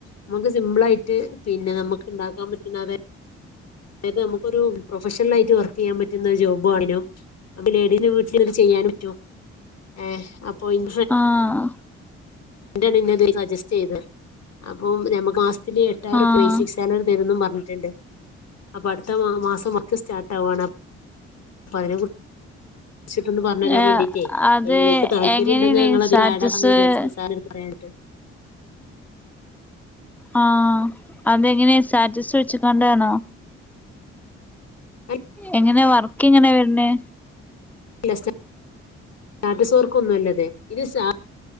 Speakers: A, on the left (about 55°); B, in the centre.
A: നമ്മുക്ക് സിമ്പിളായിട്ട് പിന്നെ നമുക്കുണ്ടാക്കാൻ പറ്റുന്ന അതെ അതായത് നമുക്കൊരു പ്രൊഫഷണൽ ആയിട്ട് വർക്ക് ചെയ്യാൻ പറ്റുന്ന ഒരു ജോബു ആണിനും നമ്മ ലേഡിന്റെ വീട്ടിൽ ചെയ്യ യനെ പറ്റു അഹ് അപ്പൊ ഇൻ
B: ആഹ്
A: <unintelligible> അത് സജസ്റ്റ് ചെയ്തെ അപ്പ ഞമക്ക് ആ പിന്നെ എട്ടാറുപേയിസിക്സ്
B: ആഹ്
A: സെവ തരുന്നും പ ട്ടുണ്ട് അപ്പൊ അടുത്ത മാ മാസം വർക്ക് സ്റ്റാർട്ട് ആവാണ് അപ്പതിനെ കു ചിട്ടൊന്ന് പറഞ്ഞുരാൻവേണ്ടീയിട്ടേ
B: ആഹ് അത്
A: നിങ്ങക്ക് താല്പര്യം
B: എങ്ങനെയാണ്
A: ഉണ്ടെങ്കിൽ ഞങ്ങളധികടാകം
B: സ്റ്റാറ്റസ്
A: എന്ന് വിചാരിച്ചിട്ട് ഒരു സാറിനോട് പറയാന <unintelligible>
B: ആഹ് അതെങ്ങനെയാ സ്റ്റാറ്റസ് വെച്ച് കണ്ടയാണോ
A: പറയാനായിട്ട്
B: എങ്ങനാ വർക്ക് എങ്ങനാ വരണേ
A: ല്ല സ്റ്റാ സ്റ്റാറ്റസ്കാർക്കൊന്നുംല്ലത് ഇത് സ്റ്റാ